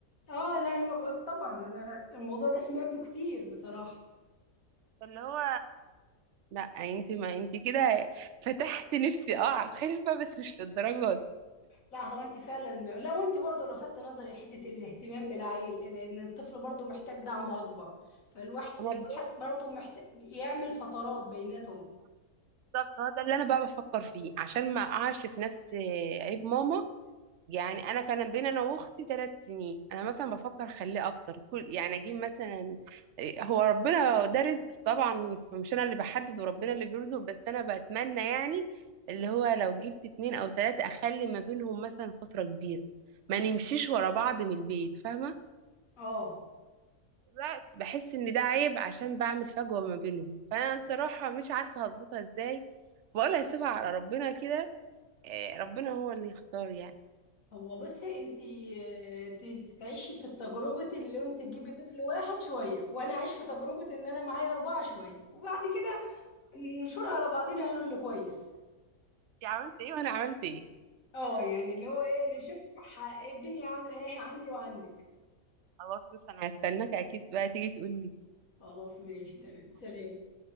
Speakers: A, on the left (about 65°); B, on the right (about 60°).
A: آه لا أنا بك... طبعا أنا الموضوع ده سمعته كتير بصراحة
B: فاللي هو لا انت ما انت كده فتحت نفسي اه على الخلفه بس مش للدرجه دي
A: لا هو أنت فعلا لا وأنت برضه لفتت نظري لحتة الاهتمام بالعيل لأن الطفل برضه محتاج دعم أكبر فالواحد
B: انا
A: الواحد
B: بجد
A: برضه محتاج يعمل فترات بيناتهم
B: بالظبط هو ده اللي انا بقى بفكر فيه عشان ما اقعش في نفس عيب ماما يعني انا كان بين انا واختي ثلاث سنين انا مثلا بفكر اخليه اكتر كل يعني اجيب مثلا إيه، هو ربنا ده رزق طبعا مش انا اللي بحدد وربنا اللي بيرزق بس انا بتمنى يعني اللي هو لو جبت اتنين او تلاتة اخلي ما بينهم مثلا فتره كبيره ما نمشيش ورا بعض من البيت فاهمه
A: آه
B: الوقت بحس ان ده عيب عشان بعمل فجوة ما بينهم فانا الصراحة مش عارفة هظبطها ازاي بقولها سيبها على ربنا كده آه، ربنا هو اللي يختار يعني
A: هو بصي انتي آه، ت- تعيشي في تجربة اللي انت تجيبي طفل واحد شوية وانا اعيش في تجربة ان انا معايا اربعة شوية وبعد كده ننشرها على بعضنا انا اللي كويس
B: انت عملت ايه وانا عملت ايه
A: اه يعني اللي هو ايه نشوف ح- الدنيا عاملة ايه عندي وعندك
B: خلاص بس انا هستناك اكيد بقى تيجي تقولي
A: خلاص ماشي تمام سلام